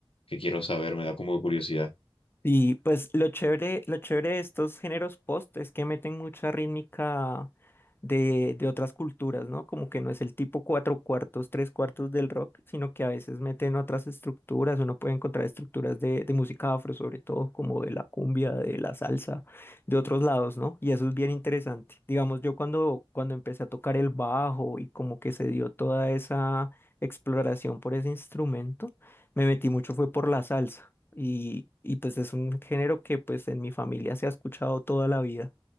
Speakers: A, on the left; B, on the left.
A: que quiero saber, me da como curiosidad.
B: Y pues lo chévere, lo chévere de estos géneros post es que meten mucha rítmica de, de otras culturas, ¿no? Como que no es el tipo cuatro cuartos, tres cuartos del rock, sino que a veces meten otras estructuras. Uno puede encontrar estructuras de, de música afro, sobre todo como de la cumbia, de la salsa, de otros lados, ¿no? Y eso es bien interesante. Digamos, yo cuando, cuando empecé a tocar el bajo y como que se dio toda esa exploración por ese instrumento, me metí mucho fue por la salsa y, y pues es un género que pues en mi familia se ha escuchado toda la vida